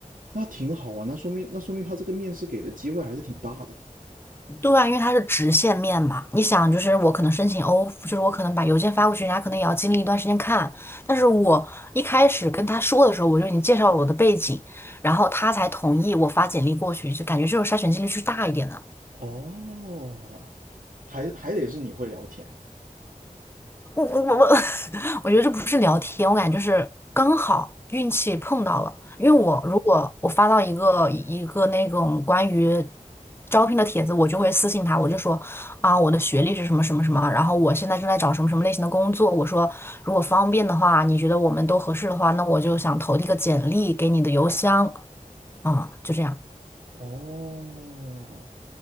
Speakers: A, on the right (about 75°); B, on the left (about 15°).
A: 那挺好啊，那说明那说明他这个面试给的机会还是挺大的。
B: 对啊，因为它是直线面嘛，你想就是我可能申请 o 就是我可能把邮件发过去，人家可能也要经历一段时间看。但是我一开始跟他说的时候，我就已经介绍了我的背景，然后他才同意我发简历过去，就感觉这种筛选几率是大一点的。
A: 哦，还还得是你会聊天。
B: 我我我，<laughs> 我觉得这不是聊天，我感觉就是刚好运气碰到了。因为我如果我发到一个一个那种关于招聘的帖子，我就会私信他，我就说啊，我的学历是什么什么什么，然后我现在正在找什么什么类型的工作。我说如果方便的话，你觉得我们都合适的话，那我就想投递个简历给你的邮箱啊，就这样
A: 哦